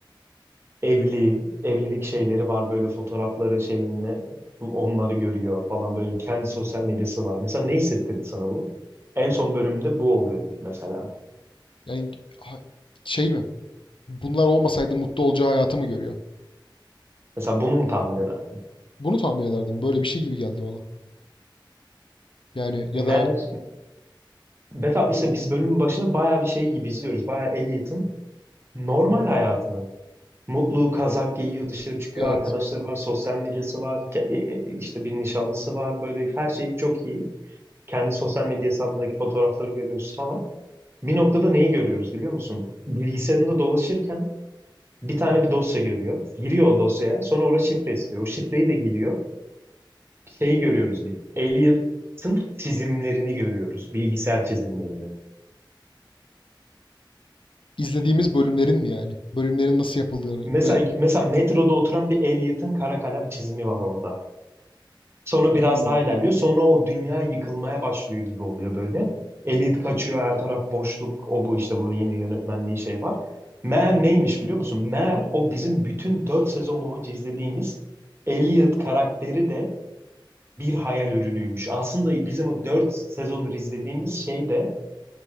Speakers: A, on the right; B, on the left.
A: evli evlilik şeyleri var böyle fotoğrafları şeyinle bu- onları görüyor falan böyle kendi sosyal medyası var. Mesela ne hissettirdi sana bu? En son bölümde bu oluyor mesela.
B: Yani ha- şey mi? Bunlar olmasaydı mutlu olacağı hayatı mı görüyor?
A: Mesela bunu mu tahmin ederdin?
B: Bunu tahmin ederdim. Böyle bir şey gibi geldi bana. Yani ya
A: Mer,
B: da
A: mesela işte biz bölümün başına bayağı bir şey gibi izliyoruz. Bayağı Elliot'ın normal hayatını. Mutlu kazak giyiyor, dışarı çıkıyor,
B: evet
A: arkadaşları var, sosyal medyası var, ke- e, e, işte bir nişanlısı var. Böyle her şey çok iyi. Kendi sosyal medya hesabındaki fotoğrafları görüyoruz falan. Bir noktada neyi görüyoruz biliyor musun? Bilgisayarında dolaşırken bir tane bir dosya görüyor. Giriyor o dosyaya. Sonra orada şifre istiyor. O şifreyi de giriyor. Şeyi görüyoruz biz. Elliot'ın çizimlerini görüyoruz. Bilgisayar çizimlerini.
B: izlediğimiz bölümlerin mi yani? Bölümlerin nasıl yapıldığını
A: Mesela
B: ve
A: mesela metroda oturan bir Elliot'ın kara kalem çizimi var orada. Sonra biraz
B: Hmm.
A: daha ilerliyor. Sonra o dünya yıkılmaya başlıyor gibi oluyor böyle. Elit kaçıyor her taraf boşluk. O bu işte burada yine yönetmenliği şey var. Meğer neymiş biliyor musun? Meğer o bizim bütün 4 sezon boyunca izlediğimiz Elliot karakteri de bir hayal ürünüymüş. Aslında bizim o 4 sezondur izlediğimiz şey de